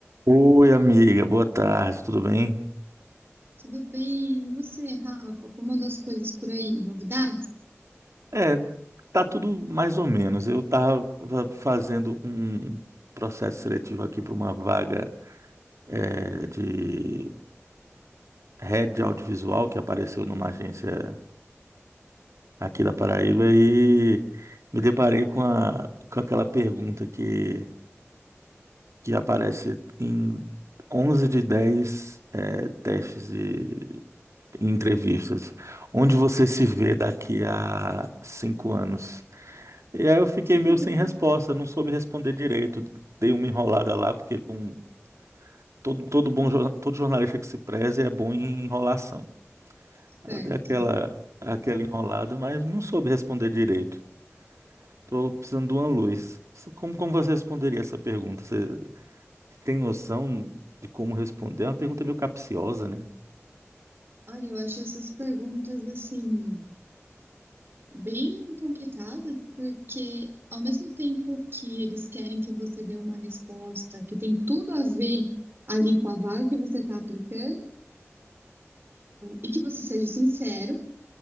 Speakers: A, on the right; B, on the right.
A: Oi, amiga, boa tarde, tudo bem?
B: Tudo bem? E você, Rafa? Como andam as coisas por aí? Novidades?
A: É, tá tudo mais ou menos. Eu tava fazendo um processo seletivo aqui para uma vaga é, de head de audiovisual que apareceu numa agência aqui da Paraíba e me deparei com, a, com aquela pergunta que, que aparece em 11 de 10 é, testes de entrevistas. Onde você se vê daqui a cinco anos? E aí eu fiquei meio
B: <laughs>
A: sem resposta, não soube responder direito. Dei uma enrolada lá, porque com todo, todo bom, jor- todo jornalista que se preze é bom em enrolação. Aí
B: Certo.
A: eu dei aquela, aquela enrolada, mas não soube responder direito. Tô precisando de uma luz. Isso- Como, como você responderia essa pergunta? Você tem noção de como responder? É uma pergunta meio capciosa, né?
B: Olha, eu acho essas perguntas assim bem complicadas, porque ao mesmo tempo que eles querem que você dê uma resposta que tem tudo a ver ali com a vaga que você está aplicando e que você seja sincero,